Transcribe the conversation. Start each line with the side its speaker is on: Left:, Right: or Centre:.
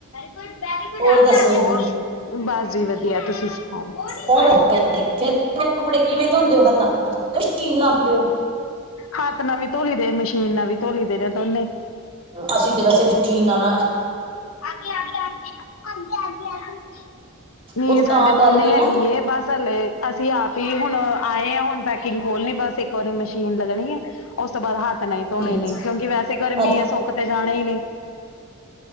Left: ਵੇਰੀ ਗੂਡ
Right: ਹੋਰ
Left: ਅਫਟਰਨੂਨ
Right: ਦੱਸੋ
Left: ਹੋਰ
Right: ਜੀ
Left: ਬਸ ਜੀ ਵਧੀਆ ਤੁਸੀ ਸਣ ਹ
Right: ਸਭ
Left: ਨ ਪਾਏ
Right: ਵਧੀਆ
Left: ਨਾ <inaudible>
Right: ਜੀ। ਫਿਰ
Left: <inaudible>
Right: ਕੱਪੜੇ ਕਿਵੇਂ ਧੋਂਦੇ ਹੋ ਹੱਥਾਂ ਨਾਲ ਧੋਂਦੇ ਹੋ, ਮਸ਼ੀਨ ਲਾਉਂਦੇ ਹੋ
Left: ਹੱਥ ਨ ਵੀ ਧੋਲੀ ਦੇ ਮਸ਼ੀਨ ਨ ਵੀ ਧੋਲੀ ਦੇ ਨੇ ਦੋਨੇ।
Right: ਅਸੀ ਤੇ ਵੈਸੇ ਮਸ਼ੀਨ ਨਾਲ ਨ
Left: ਆਗੇ, ਆਗੇ, ਆਗੇ, ਆਗੇ, ਆਗੇ, ਆਗੇ ਵੀ
Right: ਉਹ
Left: ਸਾਡੇ
Right: ਤਾਂ
Left: ਦੋਨੇ
Right: ਕਰਕੇ
Left: ਹੈਗੀ
Right: ਨਾ
Left: ਏ, ਬਸ ਹਲੇ ਅਸੀ ਆਪ ਈ ਹੁਣ ਆਏ ਆ ਹੁਣ ਪੈਕਿੰਗ ਖੋਲਣੀ ਬਸ ਇੱਕ ਵਾਰੀ ਮਸ਼ੀਨ ਲੱਗਣੀ ਏ ਉਸ ਤੋ ਬਾਅਦ ਹੱਥ ਨ ਹੀ ਧੋਣੇ
Right: ਹਾਂਜੀ ਹਾਂਜੀ
Left: ਨੇ ਕਿਉਂਕਿ ਵੈਸੇ ਗਰਮੀ
Right: ਅੱਛ-
Left: ਹੈ ਸੋਕ ਤੇ ਜਾਣੇ ਈ ਨੇ